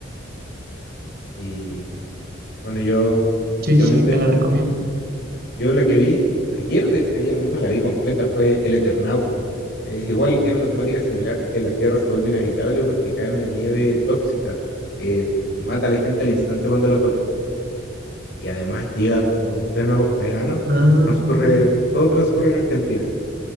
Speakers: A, on the left (about 50°); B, on the right (about 50°).
A: Y bueno, yo
B: Sí,
A: últimamente,
B: sí, te la recomiendo.
A: yo la que vi ayer, de hecho ayer mismo la vi completa, fue El Eternauta. Es igual, tiene una temática similar que la Tierra se vuelve inhabitable porque cae una nieve tóxica que mata a la gente al instante cuando la toca. Y además llega como en pleno verano,
B: Ah,
A: transcurre, todo transcurre en Argentina.